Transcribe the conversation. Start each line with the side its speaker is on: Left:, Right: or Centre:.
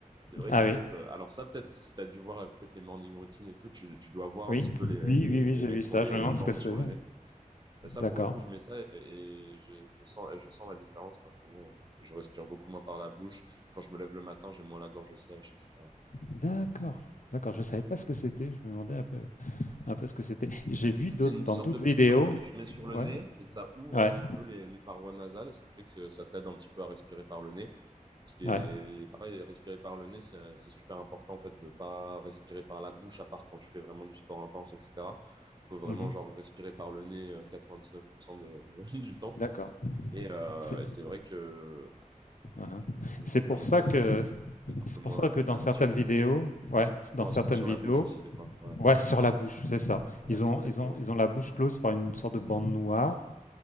Right: C'est vrai
Left: Ah
Right: qu'en
Left: oui.
Right: fait, euh, alors ça, peut-être, si t'as dû voir euh, peut-être les morning routines et tout, tu, tu dois voir
Left: Oui,
Right: un petit peu les,
Left: oui,
Right: les,
Left: oui, oui,
Right: les
Left: j'ai
Right: mecs
Left: vu ça.
Right: qui ont des
Left: Je me demande
Right: bandes
Left: ce que c'est.
Right: sur le nez. Bah, ça,
Left: D'accord.
Right: pour le coup, je mets ça et, et j'ai- je sens, je sens la différence quand je le mets. euh, Je respire beaucoup moins par la bouche. Quand je me lève le matin, j'ai moins la gorge sèche, etc.
Left: D'accord. D'accord. Je savais pas ce que c'était. Je me demandais un peu, un peu ce que c'était. J'ai vu
Right: En fait,
Left: d'autres
Right: c'est une
Left: dans
Right: sorte
Left: d'autres
Right: de petite
Left: vidéos.
Right: bande que tu mets sur le
Left: Ouais.
Right: nez et ça ouvre
Left: Ouais.
Right: un petit peu les, les parois nasales, ce qui fait que ça t'aide un petit peu à respirer par le nez. Ce qui est
Left: Ouais.
Right: et pareil, respirer par le nez, c'est c'est super important en fait de pas respirer par la bouche, à part quand tu fais vraiment du sport intense, etc. Faut vraiment
Left: Mhm.
Right: genre respirer par le nez euh, 99% de, <laughs> du temps.
Left: D'accord.
Right: Et, euh,
Left: C'est
Right: et
Left: c'est-
Right: c'est vrai que
Left: ouais, hein. C'est
Right: c'est
Left: pour
Right: on
Left: ça
Right: est
Left: que
Right: on peut être un
Left: c'est
Right: peu moins
Left: pour ça que dans
Right: habitué.
Left: certaines vidéos, ouais,
Right: Ils
Left: dans
Right: ont un
Left: certaines
Right: scotch sur
Left: vidéos,
Right: la bouche aussi des fois. Ouais,
Left: ouais, sur la bouche, c'est ça.
Right: ouais,
Left: Ils
Right: exactement.
Left: ont, ils ont, ils ont la bouche close par une sorte de bande noire.